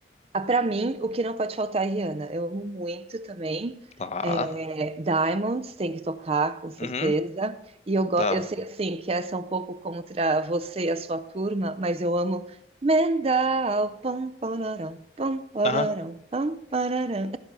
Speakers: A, on the right; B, on the left.
A: Ah, Pra mim, o que não pode faltar é Rihanna. Eu amo muito também.
B: tá?
A: É, Diamonds tem que tocar, com certeza.
B: Uhum,
A: E eu, go-
B: tá.
A: eu sei assim que essa é um pouco contra você e a sua turma, mas eu amo Mendal. Pam, pararam, pam, pararam,
B: Aham,
A: pam, pararam.